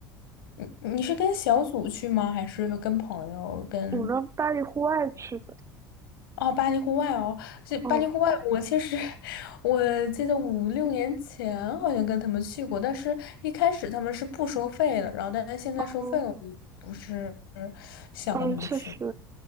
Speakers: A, on the left; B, on the right.
A: 你你是跟小组去吗？还是跟朋友跟？
B: 我跟巴黎户外去的，
A: 哦，巴黎户外哦，这巴黎户外，
B: 嗯
A: 我其实 <laughs> 我记得五六年前好像跟他们去过，但是一开始他们是不收费的，然后但是现在收费了，
B: 嗯
A: 我就不是想跟他们去。
B: 嗯，确实，